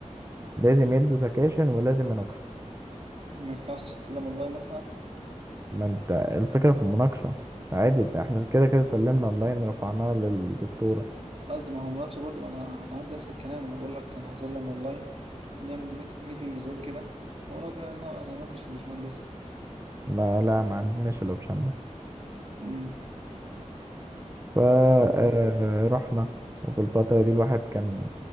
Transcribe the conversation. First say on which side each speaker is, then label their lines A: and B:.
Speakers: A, on the right; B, on the right.
A: لازم يدوا سكاشن ولازم يناقشوا
B: ما ينفعش تسلم اونلاين مثلا
A: ما انت الفكرة في المناقشة عادي ده احنا كده كده سلمنا اونلاين رفعناه للدكتورة
B: قصدي ما هو ملاتش برضه ما انا انا عندي نفس الكلام انا بقول لك انا هسلم اونلاين نعمل ميت... ميتنج زوم كده ونقعد نقعد نناقش في باشمهندس
A: ما لا ما عندناش الاوبشن ده
B: امم
A: فرحنا
B: عملت ايه
A: وفي الفترة دي الواحد كان